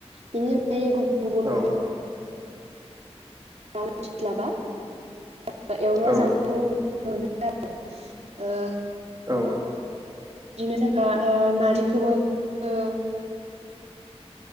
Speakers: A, on the right (about 75°); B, on the right (about 35°).
A: बिनि अनगायै गुबुन गुबुन
B: औ
A: ओंख्रिबो <unintelligible> एवना
B: औ
A: जानायखौ <unintelligible>
B: औ
A: बिदिनो जोंहा ओ नारजिखौबो ओ